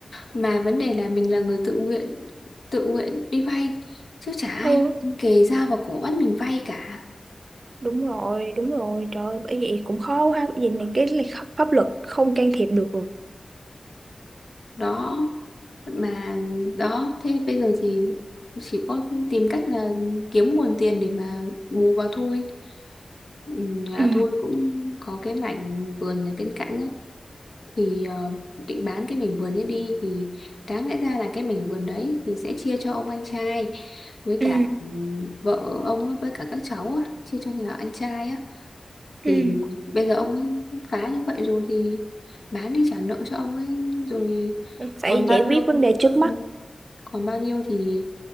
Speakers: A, on the left; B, on the right.
A: mà vấn đề là mình là người tự nguyện tự nguyện đi vay chứ chả ai
B: Ừ
A: kề dao vào cổ bắt mình vay cả
B: Đúng rồi, đúng rồi, trời ơi, bởi vậy cũng khó ha, bởi vì này cái này kh- pháp luật không can thiệp được rồi.
A: đó mà đó thế bây giờ thì chỉ có tìm cách là kiếm nguồn tiền để mà bù vào thôi Ừ, nhà
B: Ừ,
A: tôi cũng có cái mảnh vườn ở bên cạnh á thì ờ, định bán cái mảnh vườn ấy đi thì đáng lẽ ra là cái mảnh vườn đấy thì sẽ chia cho ông anh trai với
B: ừ,
A: cả ừm, vợ ông ấy, với cả các cháu á, chia cho nhà anh trai á
B: ừ,
A: thì bây giờ ông ấy phá như vậy rồi thì bán đi trả nợ cho ông ấy rồi
B: phải
A: còn bao
B: giải
A: nhiêu
B: quyết vấn đề trước mắt.
A: ừ, còn bao nhiêu thì